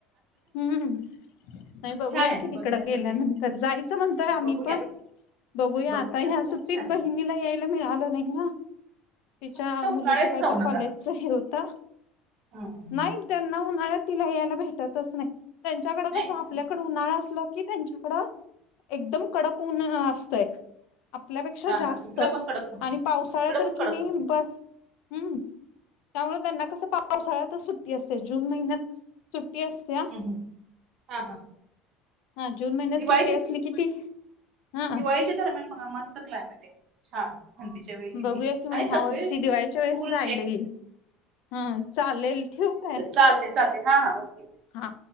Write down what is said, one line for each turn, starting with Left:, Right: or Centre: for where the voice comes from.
Left: हम्म नाही बघूया
Right: छान आहे
Left: की तिकड
Right: बघण्यासारखं
Left: गेल्यानंतर
Right: आहे
Left: जायचं म्हणतोय आम्ही
Right: बघून
Left: पण
Right: या
Left: बघूया
Right: बघून
Left: आता या
Right: खूप
Left: सुट्टीत
Right: छान आहे
Left: बहिणीला यायला मिळालं नाही ना तिच्या
Right: फक्त उन्हाळ्याच
Left: मुलीच कायतरी
Right: जाऊ नका
Left: कॉलेजच हे होते
Right: हम्म
Left: नाही त्यांना उन्हाळ्यात तिला यायला भेटतच नाही त्यांच्याकडे
Right: नाही
Left: कसं आपल्याकडे उन्हाळा असले कि त्यांच्याकडे एकदम कडक ऊन असतेय आपल्यापेक्षा
Right: हा
Left: जास्त
Right: हा इकडं पण कडक ऊन
Left: आणि पावसाळ्यात
Right: इकडं पण
Left: कि
Right: कडक
Left: नाही
Right: ऊन
Left: बर हम्म त्यामुळे त्यांना कस पावसाळ्यातच सुट्टी असते जून महिन्यात सुट्टी असत्या
Right: हम्म हम्म हा हा
Left: हा जून महिन्यात
Right: दिवाळीच्या
Left: सुट्टी असली कि ती हा
Right: दिवाळीच्या दरम्यान बिघाड मस्त क्लायमेट आहे छान थंडीच्या वेळी क
Left: बघूया
Right: नाही
Left: कि मग
Right: आणि
Left: ह्या
Right: सगळे
Left: वर्षी दिवाळीच्या
Right: स्कूल
Left: वेळेस जायला
Right: चे
Left: येईल. हा चालेल ठेव का आहे
Right: चालते हा हा ओके
Left: हा